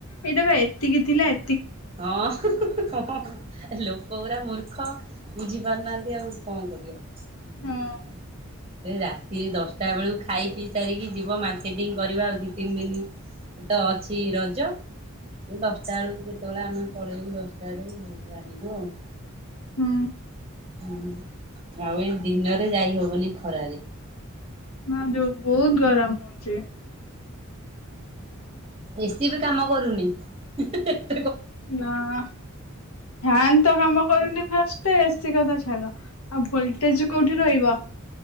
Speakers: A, on the left; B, on the right.
A: ଏଇଟା ବା ଏତିକି ଥିଲା ଏ
B: ହଁ ହୁ ହଁ ହଁ ହ୍ୟାଲୋ। କଉରା ମୂର୍ଖ ବୁଝି ପାରୁନାହାନ୍ତି ଆଉ କଣ କରିବ।
A: ହଁ
B: ଆ ସେ ରାତିରେ ଦଶଟା ବେଳକୁ ଖାଇ ପିଇ ସାରିକି ଯିବ ମାର୍କେଟିଂ କରିବା ଆଉ ଦି ତିନି ଦିନ ତ ଅଛି ରଜ ଦଶଟା ବେଳକୁ ସେତେବେଳେ ଆମେ ପଳେଇବୁ ଦଶଟାରେ ଜାଣିବୁ ଆଉ।
A: ହୁଁ।
B: ହୁଁ ଆଉ ଏଇ ଦିନରେ ଯାଇ ହବନି ଖରାରେ।
A: ମା ଯଉ ବହୁତ ଗରମ ହଉଛି
B: ବେଶୀ ବି କାମ କରୁନି ହଁ ହିଁ।
A: ନା ଫ୍ୟାନ୍ ତ କାମ କରୁନି ଫାଷ୍ଟଟେ ଏ ସେ କଥା ଛାଡ ଆଉ ଭୋଲଟେଜ କୋଉଠି ରହିବ <inaudible>